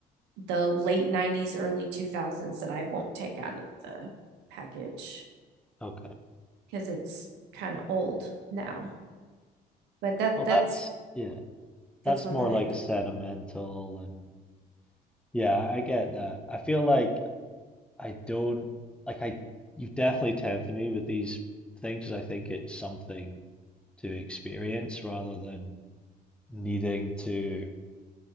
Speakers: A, on the right; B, in the centre.
A: the late 90s early 2000s that I won't take out of the package
B: Okay.
A: because it's kind of old now but that
B: Well, that's
A: that's
B: yeah.
A: that's
B: That's
A: one
B: more
A: that
B: like
A: I
B: a
A: don't
B: sentimental and yeah, I get that. I feel like I don't like I you've definitely tempted me with these things 'cause I think it's something to experience rather than needing to